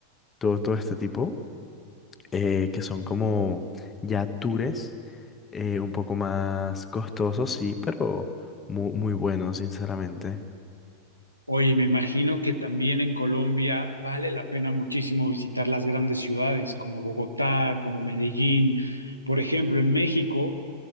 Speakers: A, on the left; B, on the left.
A: todo, todo este tipo, eh, que son como ya tours eh, un poco más costosos, sí, pero muy, muy buenos, sinceramente.
B: Oye, me imagino que también en Colombia vale la pena muchísimo visitar las grandes ciudades como Bogotá, como Medellín. Por ejemplo, en México